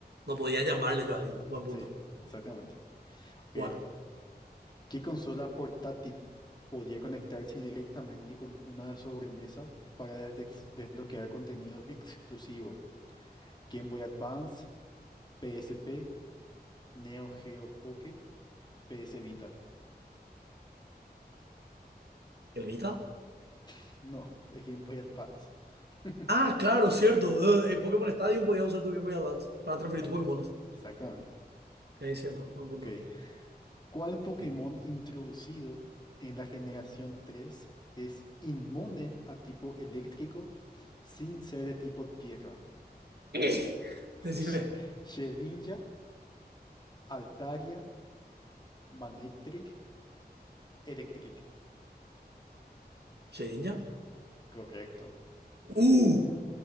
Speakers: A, on the right; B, on the left.
A: No podía llamarle yo a alguien. Buen punto.
B: Sí, exactamente. Ok.
A: Bueno,
B: ¿Qué consola portátil podía conectarse directamente con una de sobremesa para des- desbloquear contenido exclusivo? Game Boy Advance, PSP, Neo Geo Pocket, PS Vita.
A: ¿el Vita?
B: <laughs> No, es Game Boy Advance. <laughs>
A: Ah, claro, cierto. eh, En Pokémon Stadium podías usar tu Game Boy Advance para
B: Exacta-
A: transferir tus Pokémones,
B: Exactamente.
A: Sí, es cierto. Buen punto.
B: Ok. ¿Cuál Pokémon
A: <laughs>
B: introducido en la generación 3 es inmune a tipo eléctrico sin ser de tipo tierra?
A: Eh,
B: <laughs>
A: Decime,
B: Sh- Shedinja, Altaria, Manectric, Electric.
A: ¿Shedinja?
B: Correcto.
A: Uh,